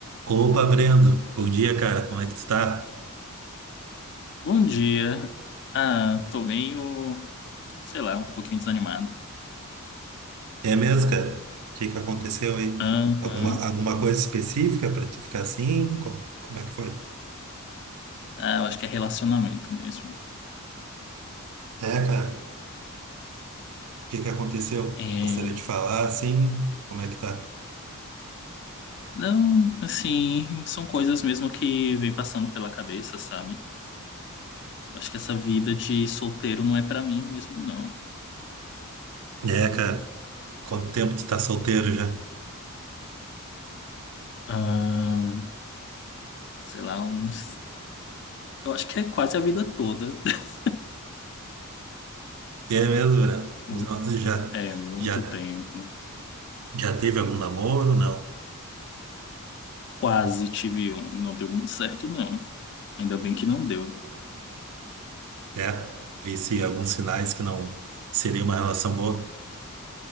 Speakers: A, on the right; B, on the left.
A: Opa, Brendo, bom dia, cara. Como é que tu tá?
B: Bom dia. Ah, tô meio, sei lá, um pouquinho desanimado.
A: É mesmo, cara? O que que aconteceu aí?
B: Aham.
A: Alguma, alguma coisa específica pra tu ficar assim? Como, como é que foi?
B: Ah, eu acho que é relacionamento mesmo.
A: É, cara. O que que aconteceu?
B: É,
A: Gostaria de falar assim. Como é que tá?
B: Não, assim, são coisas mesmo que vem passando pela cabeça, sabe? Eu acho que essa vida de solteiro não é pra mim mesmo, não.
A: É, cara. Quanto tempo tu tá solteiro já?
B: Ah, sei lá, uns... eu acho que é quase a vida toda. <laughs>
A: É mesmo, Brendo?
B: Muito,
A: Não, Já,
B: é, muito
A: já,
B: tempo.
A: já teve algum namoro? Não.
B: Quase tive um, não deu muito certo, não. Ainda bem que não deu.
A: É. Vi se alguns sinais que não seria uma relação boa.